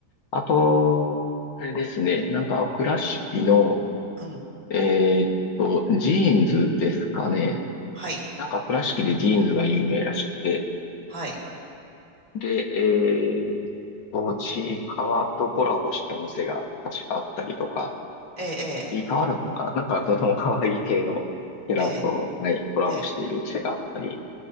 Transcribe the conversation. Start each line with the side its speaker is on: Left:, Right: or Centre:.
Left: あと、あれですね。なんか、倉敷の、
Right: うん。
Left: えーっと、ジーンズですかね。
Right: はい。
Left: なんか、倉敷でジーンズが有名らしくて。
Right: はい。
Left: で、えーっと、ちいかわとコラボした店が確かあったりとか、
Right: ええ、
Left: ちいかわだったかな。なんか、その可愛い系のキャラと、
Right: ええ、
Left: はい、コラボしている店があったり
Right: ええ、ええ。